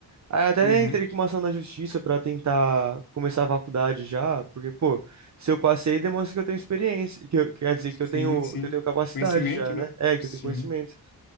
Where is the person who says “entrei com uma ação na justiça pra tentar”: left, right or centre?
Right